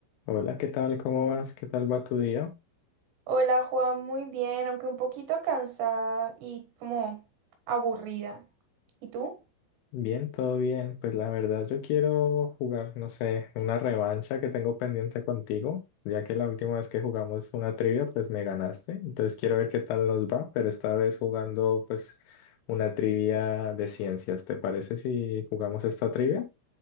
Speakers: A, on the left (about 80°); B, on the right (about 70°).
A: Hola, ¿qué tal? ¿Cómo vas? ¿Qué tal va tu día?
B: Hola Juan, muy bien, aunque un poquito cansada y como aburrida. ¿Y tú?
A: Bien, todo bien. Pues la verdad yo quiero jugar, no sé, una revancha que tengo pendiente contigo, ya que la última vez que jugamos una trivia, pues me ganaste. Entonces quiero ver qué tal nos va, pero esta vez jugando pues una trivia de ciencias. ¿Te parece si jugamos esta trivia?